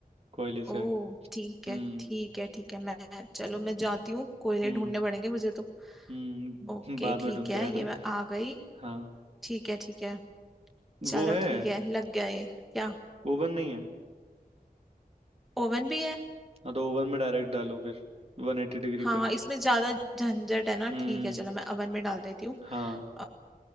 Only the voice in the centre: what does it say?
ओ ठीक
है ठीक है ठीक है मैं चलो मैं जाती हूँ कोयले
ढूंढने पड़ेंगे मुझे तो
ओके
ठीक
है
ये मैं आ गई
ठीक है ठीक है
चलो
ठीक है लग गया ये क्या
ओवन भी है
हाँ
इसमें ज्यादा झंझट है ना
ठीक है चलो मैं ओवन में डाल देती हूँ
अ,